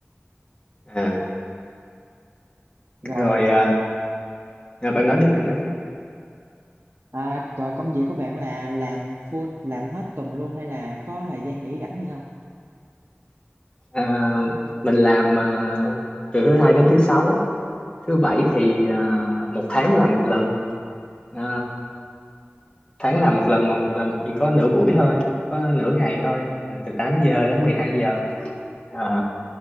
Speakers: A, on the left; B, on the right.
A: à
B: rồi
A: rồi
B: ok.
A: à, à, bạn nói đi bạn nói đi
B: à, rồi công việc của bạn là làm full làm hết tuần luôn hay là có thời gian nghỉ rảnh gì không
A: à, mình làm à, từ thứ hai đến thứ sáu thứ bảy thì à, một tháng là một lần à, tháng là một lần mà một lần chỉ có nửa buổi thôi có nửa ngày thôi à, từ tám giờ đến mười hai giờ à,